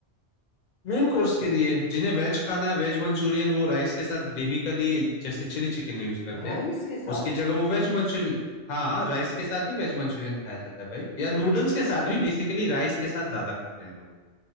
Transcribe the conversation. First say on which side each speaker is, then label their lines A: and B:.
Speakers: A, on the left; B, on the left.
A: मेन कोर्स के लिए जिन्हें वेज खाना है वेज मंचूरियन वो राइस के साथ ग्रेवी के लिए जैसे चिली चिकन यूज करते
B: राइस
A: हैं
B: के साथ
A: उसकी जगह वो वेज मंचूरियन हाँ राइस के साथ ही वेज मंचूरियन खाया जाता है भाई या नूडल्स के साथ भी बेसिकली राइस के साथ ज्यादा खाते हैं लोग